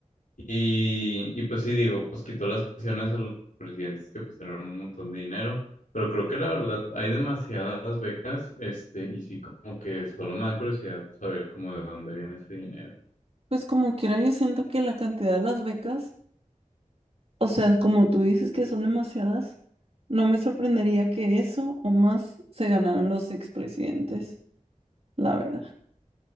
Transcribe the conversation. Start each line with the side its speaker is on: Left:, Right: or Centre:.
Left: Y, y pues sí digo, pues quitó las pensiones a los presidentes que pusieron un montón de dinero, pero creo que la verdad hay demasiadas becas, este, y sí como que solo me da curiosidad saber como de dónde viene ese dinero.
Right: Pues como quiera, yo siento que la cantidad de las becas, o sea, como tú dices que son demasiadas, no me sorprendería que eso o más se ganaran los expresidentes, la verdad.